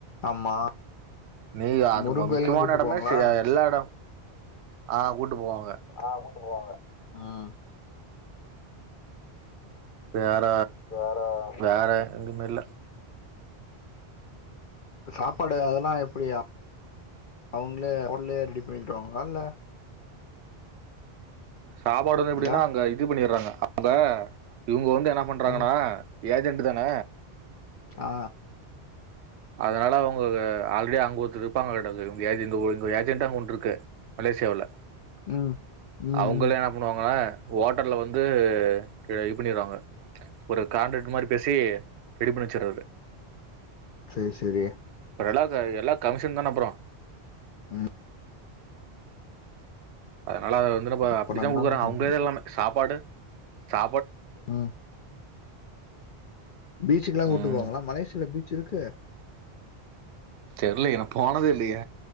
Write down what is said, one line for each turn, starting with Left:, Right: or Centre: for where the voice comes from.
Left: ஆமா
Right: நீ அது
Left: முருகன்
Right: மு
Left: கோயிலுக்குலா
Right: முக்கியமான
Left: கூட்டு
Right: எடமே
Left: போவாங்களா
Right: செ எல்லா எடோ ஆ கூட்டு போவாங்க
Left: ஆ கூட்டு போவாங்க ம்
Right: வேற
Left: வேற
Right: வேற எங்குமே இல்ல
Left: சாப்பாடு அதெல்லா எப்டி அவுங்களே அவுங்களே ரெடி பண்ணிடுவாங்ளா இல்ல
Right: சாப்பாடுதா எப்டினா
Left: அக்கா
Right: அங்க இது பண்ணிர்றாங்க அங்க இவுங்க வந்து என்ன பண்றாங்கன்னா
Left: ம்
Right: ஏஜெண்டுதான
Left: ஆ
Right: அதனால அவுங்க ஆல்ரெடி அங்க ஒருத்தர் இருப்பாங்கலாட்டுக்குது இவுங்க ஏஜென்டு ஒ இங்க ஏஜென்டு அங்க ஒண்ணு இருக்கு மலேசியாவுல
Left: ம் ம்
Right: அவுங்களே
Left: ம்
Right: என்ன பண்ணுவாங்க ஓட்டல்ல வந்து இது பண்ணிருவாங்க ஒரு காண்ட்ராக்ட் மாரி பேசி ரெடி பண்ணி வெச்சறது
Left: சேர் செரி
Right: ரளவுக்கு எல்லா கமிஷன்தான ப்ரோ
Left: ம்
Right: அதனால அது வந்தென்னப்போ
Left: அப்ப
Right: அப்டிதா
Left: நா என்ன
Right: குடுக்கறான்
Left: பண்ற
Right: அவுங்களேதா எல்லாமே சாப்பாடு சா
Left: ம் பீச்சுக்கெல்லாங்
Right: ம்
Left: கூட்டு போவங்ளா மலேஷியால எப்டி பீச்சிருக்கு
Right: தெர்லயே நா போனதே இல்லயே